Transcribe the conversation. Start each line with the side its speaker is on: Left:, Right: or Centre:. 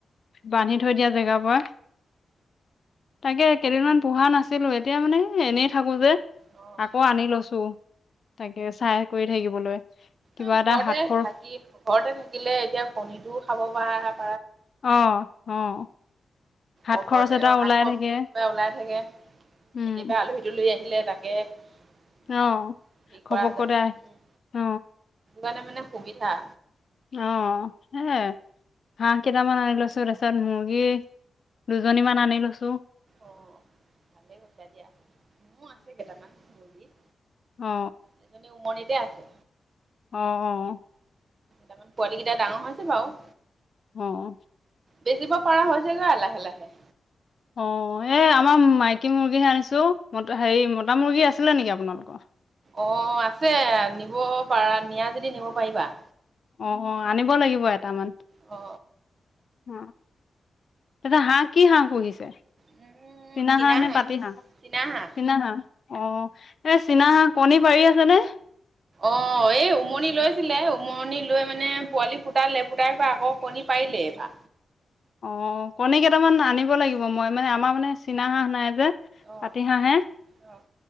Left: বান্ধি থৈ দিয়া জেগাৰ পৰা তাকে কেইদিনমান পোহা নাছিলো এতিয়া মানে এনেই থাকো যে
Right: অ', অ'।
Left: আকৌ আনি লৈছো তাকে চাই কৰি থাকিবলৈ কিবা
Right: অ
Left: এটা
Right: ঘৰতে
Left: হাত খৰ
Right: থাকি ঘৰতে থাকিলে এতিয়া কণীটোও খাব পাৰা
Left: অ অ হাত
Right: ঘৰত
Left: খৰচ এটা
Right: শাক
Left: ওলাই
Right: খৰচটোৰ
Left: থাকে
Right: কিবা ওলাই থাকে কেতিয়াবা
Left: উম
Right: আলহী তুলহী আহিলে তাকে কি
Left: অ ঘপককতে
Right: কৰা যায় উম
Left: অ
Right: কাৰণে মানে সুবিধা
Left: অ সেয়ে হাঁহ কেইটামান আনি লৈছো তাৰপিছত মুৰ্গী দুজনী মান আনি লৈছো
Right: অ ভালে কৰিছা দিয়া মোৰ আছে কেইটামান মুৰ্গী
Left: অ
Right: এজনী উমনিতে আছে
Left: অ অ
Right: তাৰ পোৱালি কেইটা ডাঙৰ হৈছে বাৰু
Left: অ
Right: বেচিব পৰা হৈ হৈছেগৈ লাহে লাহে
Left: অ এই আমাৰ মাইকী মুৰ্গীহে আনিছো ম হেৰি মতা মুৰ্গী আছিলে নেকি আপোনালোকৰ।
Right: অ আছে নিব পাৰা নিয়া যদি নিব পাৰিবা।
Left: অ অ আনিব লাগিব এটামান।
Right: অ
Left: অ তাতে হাঁহ কি হাঁহ পুহিছে
Right: মোৰ
Left: চিনা
Right: চীনাহাঁহ
Left: হাঁহ নে পাতি হাঁহ
Right: চীনাহাঁহ
Left: চিনা হাঁহ অ এই চীনাহা কণী পাৰি আছে নে
Right: অ এই উমনি লৈছিলে উমনি লৈ মানে পোৱালি ফুটালে ফুটাই প আকৌ কণী পাৰিলেই এটা
Left: অ কণী কেইটামান আনিব লাগিব মই মানে আমাৰ মানে চীনা হাঁহ নাই যে
Right: আহ
Left: পাতি হাঁহে
Right: আহ